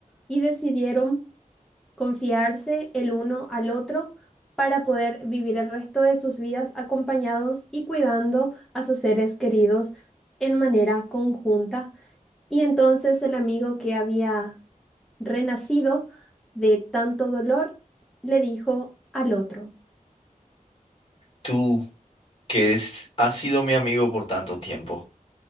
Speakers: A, in the centre; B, on the left.
A: y decidieron confiarse el uno al otro para poder vivir el resto de sus vidas acompañados y cuidando a sus seres queridos en manera conjunta. Y entonces el amigo que había renacido de tanto dolor le dijo al otro.
B: Tú, que es- has sido mi amigo por tanto tiempo,